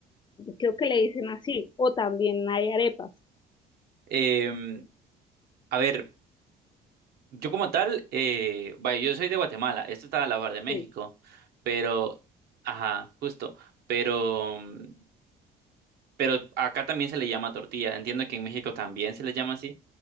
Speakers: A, on the left; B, on the right.
A: creo que le dicen así, o también hay arepas.
B: Em, a ver. Yo como tal, eh, vaya, yo soy de Guatemala, esto está a la par de México,
A: Sí.
B: pero, ajá, justo, pero, mm, pero acá también se le llama tortilla, entiendo que en México también se le llama así,